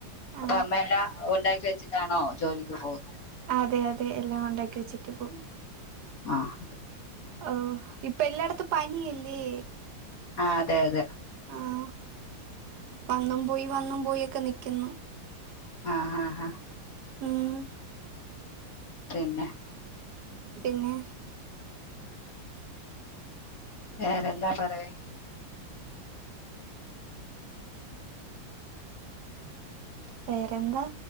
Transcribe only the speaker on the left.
അപ്പൊ അമ്മ എല്ലാ ഉണ്ടാക്കി വെച്ചി ട്ടാണോ ജോലിക്ക് പോവുന്നെ
ആഹ്
ആ അതെ അതെ
ആ ഹാ ഹ
പിന്നെ
വേറെന്താ പറയാ